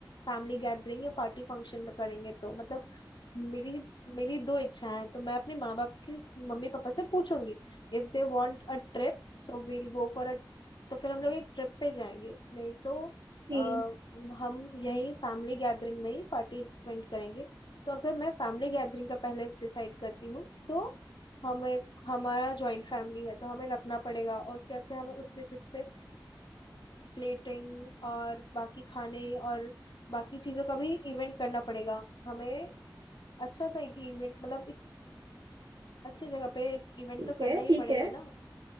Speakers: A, on the left (about 80°); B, on the right (about 80°).
A: फैमिली गैदरिंग या पार्टी फंक्शन में करेंगे तो मतलब मेरी मेरी दो इच्छाएं हैं तो मैं अपने माँ बाप की मम्मी पापा से पूछूंगी If they want a trip so we'll go for a तो फिर हम लोग एक ट्रिप पे जाएंगे नहीं तो
B: ठीक
A: आ, हम यही फैमिली गैदरिंग में ही पार्टी अरेंज करेंगे तो अगर मैं फैमिली गैदरिंग का पहले डिसाइड करती हूँ तो हमें हमारा जॉइंट फैमिली है तो हमें रखना पड़ेगा और उसके बाद फिर हमें उस बेसिस पे प्लेटिंग और बाकी खाने और बाकी चीजों का भी इवेंट करना पड़ेगा हमें अच्छा सा एक इवेंट मतलब एक अच्छी जगह पे एक इवेंट
B: ठीक
A: तो करना
B: है
A: ही
B: ठीक
A: पड़ेगा
B: है
A: ना